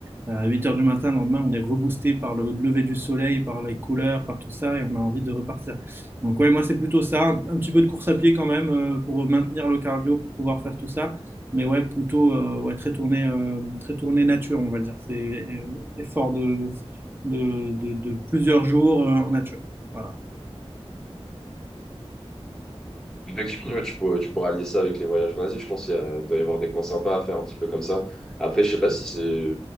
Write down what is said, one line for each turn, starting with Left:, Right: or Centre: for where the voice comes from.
Right: À 8 heures du matin, le lendemain, on est reboosté par le lever du soleil, par les couleurs, par tout ça, et on a envie de repartir. Donc ouais, moi c'est plutôt ça, un, un petit peu de course à pied quand même euh, pour maintenir le cardio, pour pouvoir faire tout ça. Mais ouais, plutôt euh, ouais, très tourné, euh, très tourné nature, on va dire. C'est euh, effort de, de, de, de plusieurs jours euh, en nature. Voilà.
Centre: Effectivement, ouais, tu pourras, tu pourras lier ça avec les voyages en Asie. Je pense qu'il y a- il doit y avoir des coins sympas à faire un petit peu comme ça. Après, je sais pas si c'est.